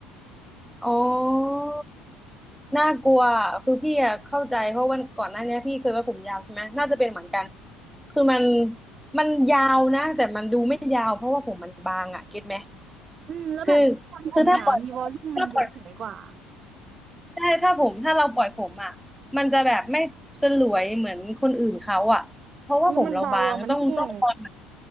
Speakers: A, in the centre; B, on the right.
A: อ๋อน่ากลัวอะคือพี่อะเข้าใจเพราะวันก่อนหน้าเนี้ยพี่เคยไว้ผมยาวใช่ไหมน่าจะเป็นเหมือนกันคือมันมันยาวนะ แต่มันดูไม่ยาวเพราะว่าผมมันบางอะเก็ตไหม
B: อืมแล้วแบบทำผมหนามีวอลลุ่มมันดูสวยกว่า
A: คือคือถ้าปล่อยถ้าปล่อยใช่ถ้าผมถ้าเราปล่อยผมอะมันจะแบบไม่สลวยเหมือนคนอื่นเขาอะเพราะว่าผมเราบางต้องต้องตอน
B: แล้วมันเบาอ่ะมันแห้ง